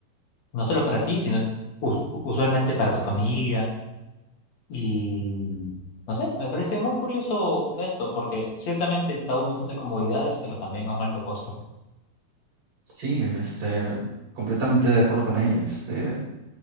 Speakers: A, on the left; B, on the right.
A: no solo para ti, sino us- usualmente para tu familia. Y no sé, me parece muy curioso esto, porque ciertamente está un montón de comodidades, pero también a un alto costo.
B: Sí, este, completamente de acuerdo con ello. Este,